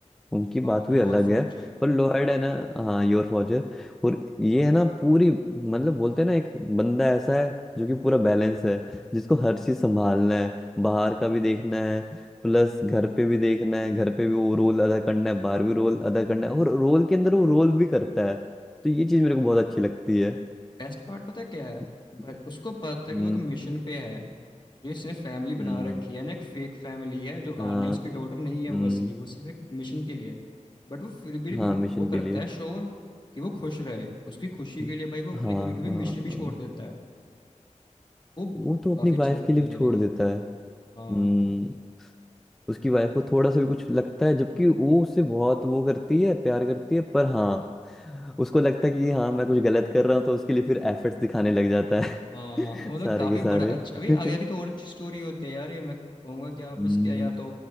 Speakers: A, in the centre; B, on the left.
A: उनकी बात
B: हाँ योर
A: भी अलग
B: फोर्जर
A: है पर लॉयड है ना हाँ योर फॉजर और ये है ना पूरी मतलब बोलते हैं ना एक बंदा ऐसा है जो कि पूरा बैलेंस है जिसको हर चीज संभालना है बाहर का भी देखना है प्लस घर पे भी देखना है घर पे भी वो रोल अदा करना है बाहर भी रोल अदा करना है और रोल के अंदर वो रोल भी करता है तो ये चीज मेरे को बहुत अच्छी लगती है
B: बेस्ट पार्ट पता है क्या है
A: <laughs>
B: भाई उसको पता
A: हम्म
B: है कि वो एक मिशन पे है जो इसने फैमिली बना
A: हम्म,
B: रखी है ना एक फेक फैमिली है जो
A: हाँ
B: आन्या उसकी डॉटर नहीं है वो
A: हम्म
B: असली वो सिर्फ एक मिशन के लिए बट वो फिर भी म-
A: हाँ मिशन
B: वो करता
A: के लिए
B: है श्योर कि वो खुश रहे उसकी खुशी
A: हम्म,
B: के लिए भाई वो अपने
A: हाँ
B: कभी कभी
A: हाँ
B: मिशन भी छोड़ देता है वो
A: वो तो
B: काफी
A: अपनी वाइफ
B: अच्छा लगता
A: के लिए
B: है
A: भी
B: मेरे
A: छोड़
B: को
A: देता है हम्म
B: हाँ
A: उसकी वाइफ को थोड़ा सा भी कुछ लगता है जबकि वो उससे बहुत वो करती है प्यार करती है पर हाँ उसको लगता है कि हाँ मैं कुछ गलत कर रहा हूँ तो उसके लिए फिर एफर्ट्स दिखाने लग जाता है
B: हाँ
A: <laughs>
B: तो मतलब
A: सारे
B: काफी
A: के सारे
B: बड़ा अच्छा अभी
A: <laughs>
B: आगे आगे तो और अच्छी स्टोरी होती है यार ये मैं कहूंगा कि आप
A: हम्म
B: इसके या तो